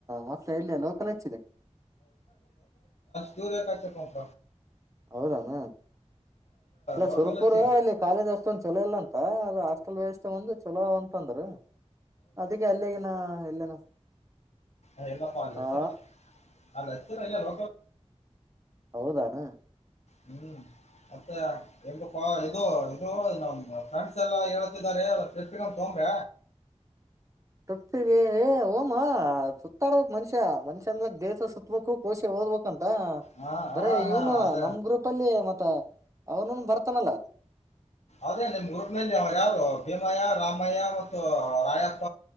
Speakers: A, on the right (about 25°); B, on the left (about 70°).
A: ಮತ್ತೆ ಎಲ್ಲಿ ಅಲ್ಲೋಕನ ಹೆಚ್ಚಿದೆ
B: ದರ ಕ ಚರ್ ನಕ
A: ಹೌದಾನ ಇಲ್ಲ
B: ಲೋಕಲ್
A: ಸುರಪುರ
B: ಹಚ್ಚಿ
A: ಇಲ್ಲಿ ಕಾಲೇಜ್ ಅಷ್ಟೊಂದು ಚಲೋ ಇಲ್ಲಂತ ಮತ್ತ ಅದ ಹಾಸ್ಟೆಲ್ ವ್ಯವಸ್ಥೆ ಒಂದು ಚಲೋ ಅಂತಂದ್ರ ಅದಕ್ಕೆ ಅಲ್ಲಗಿನ ಎಲ್ಲೇನ
B: ಅೇ ಪಾಪ ಅ
A: ಹಾ
B: ಅಲ್ಲ ಬ
A: ಹೌದಾನ
B: ಹ್ಮ್ ಮತ್ತೆ ಎ ಇದು ಇದು ನಮ ಫ್ರೆಂಡ್ಸ್ ಎಲ್ಲ ಹೇಳತಿದ್ದಾರೆ ತೋಂಗ್ರ
A: ತಪ್ತಿಿಗೆ ಓಮ ಸುತ್ತಾಡ್ಬೇಕಕ್ ಮನುಷ್ಯ ಮನ್ಷ್ಯನ್ಕ್ ದೇಹ ಸುತ್ತಬೇಕು ಕೋಶ ಓದಬೇಕಕ್ಂತ ಬಾ
B: ಹಾ
A: ಬರೇ
B: ಹಾ ಹಾ
A: ಇವನು
B: ಅದ
A: ನಮ ಗ್ರೂಪ್ ಅಲ್ಲಿ ಮತ್ತೆ ಅವನುೂನು ಬರ್ತಾನಲ್ಲ
B: ಅದೇ ನಿಮ್ ಊರ್ ಮೇಲೆ ಯಾರು ಭೀಮಯ ರಾಮಯ್ಯ ಮತ್ತು ರಾಯಪ್ಪ